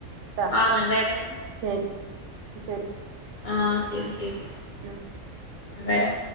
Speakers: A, on the right; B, on the left.
A: ട്ടാ
B: ആന്ന് വരാം
A: ശരി ശരി
B: ആഹ് ശരി ശരി
A: ഉം
B: വരാ